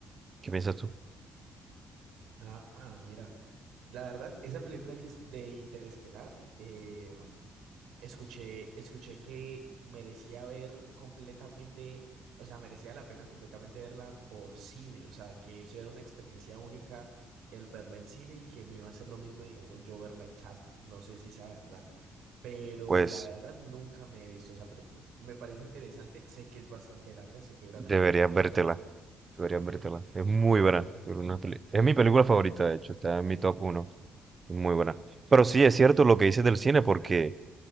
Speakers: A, on the right; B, on the right.
A: ¿Qué piensas tú?
B: Ah, ah, mira, la verdad, esa película de Ins- de Interestelar, eh, escuché, escuché que merecía ver completamente, o sea, merecía la pena completamente verla por cine, o sea, que eso era una experiencia única el verla en cine y que no iba a ser lo mismo, digamos, yo verla en casa. No sé si sea verdad, pero
A: Pues
B: la verdad nunca me he visto esa película. Me parece interesante, sé que es bastante larga, sé que dura
A: Deberías
B: creo que tres
A: vértela.
B: horas
A: Deberías vértela. Es muy buena. Es una peli- es mi película favorita, de hecho. Está en mi top uno, Muy buena. Pero sí, es cierto lo que dices del cine, porque,